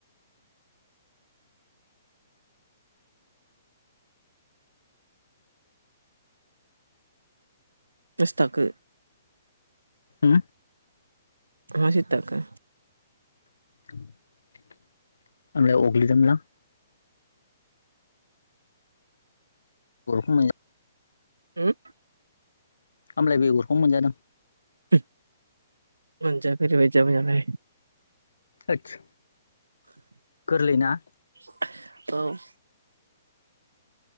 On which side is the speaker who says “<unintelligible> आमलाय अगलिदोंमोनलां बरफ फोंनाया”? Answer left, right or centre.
Left